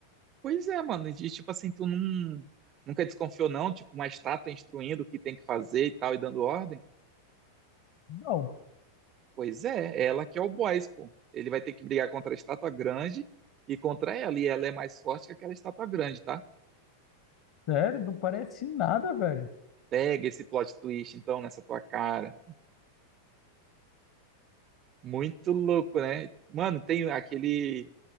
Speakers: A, on the right; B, on the left.
A: Pois é, mano. E tipo assim, tu não, nunca desconfiou, não? Tipo, uma estátua instruindo o que tem que fazer e tal, e dando ordem?
B: Não,
A: Pois é, é ela que é o boss, pô. Ele vai ter que brigar contra a estátua grande e contra ela. E ela é mais forte que aquela estátua grande, tá?
B: sério, não parece nada, velho.
A: Pega esse plot twist, então, nessa tua cara. Muito louco, né? Mano, tem aquele.